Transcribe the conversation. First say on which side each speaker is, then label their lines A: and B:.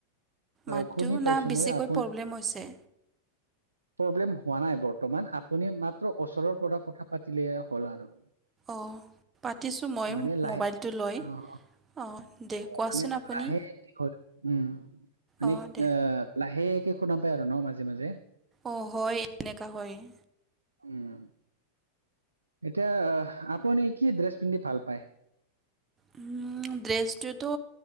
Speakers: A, on the right (about 80°); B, on the right (about 20°).
A: অ
B: মাতটোও
A: শুনি পাইছো
B: বেছিকৈ
A: মই আপু
B: প্ৰব্লেম হৈছে
A: প্ৰব্লেম হোৱা নাই বৰ্তমান, আপুনি মাত্ৰ ওচৰৰ পৰা কথা পাতিলে হ'ল আৰু
B: অ', পাতিছো মই
A: মানে লাহে
B: মোবাইলটো লৈ
A: অ
B: অ', দে
A: অ
B: কোৱাচোন
A: মানে
B: আপুনি
A: লাহে কি হ'ল উম, মানে
B: অঁ দে
A: অ', লাহেকে শুননা পায় আৰু ন মাজে মাজে-
B: অ', য় এনেককা হয়-
A: উম, এতিয়া, আপুনি কি ড্ৰেছ পিন্ধি ভাল পায়?
B: উম, ড্ৰেছটোতো,